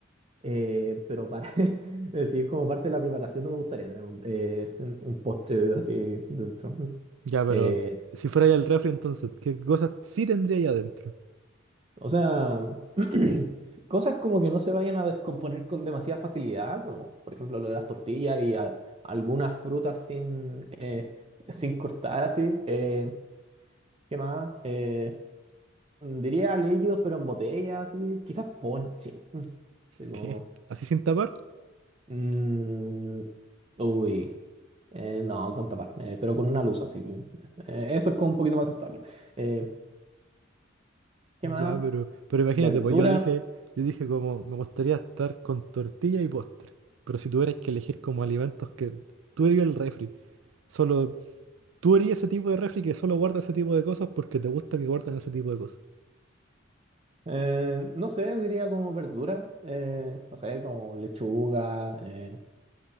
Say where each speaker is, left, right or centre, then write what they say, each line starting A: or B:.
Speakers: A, on the right (about 30°); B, on the right (about 80°).
A: eh, pero para <laughs> decir como parte de la preparación no me gustaría tener un, eh, un postre así dentro.
B: Ya, pero
A: Eh,
B: si fuera ya el refri entonces, ¿qué cosas sí tendría ahí adentro?
A: O sea, <clears throat> cosas como que no se vayan a descomponer con demasiada facilidad, como por ejemplo lo de las tortillas y al- algunas frutas sin, eh, sin cortar así. Eh, ¿qué más? Eh, diría líquidos pero en botella, así. Quizás ponche. Así como,
B: ¿Qué? ¿Así sin tapar?
A: mm, uy, eh, no, con tapar, eh, pero con una luz así. Eh, eso es como un poquito más aceptable. Eh, ¿qué
B: Ya,
A: más?
B: pero, pero imagínate,
A: Verdura
B: pues yo dije, yo dije como, me gustaría estar con tortilla y postre. Pero si tuvieras que elegir como alimentos que tú eres el refri, solo tú eres ese tipo de refri que solo guarda ese tipo de cosas porque te gusta que guardan ese tipo de cosas.
A: Eh, no sé, diría como verdura, eh, no sé, como lechuga, eh,